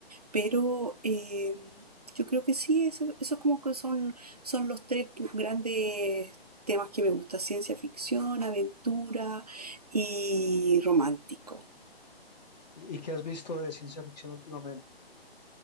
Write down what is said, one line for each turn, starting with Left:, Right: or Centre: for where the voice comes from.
Right: Pero eh, yo creo que sí, eso, eso como que son, son los tres pu- grandes temas que me gusta, ciencia ficción, aventura y romántico.
Left: ¿Y, y qué has visto de ciencia ficción últimamente?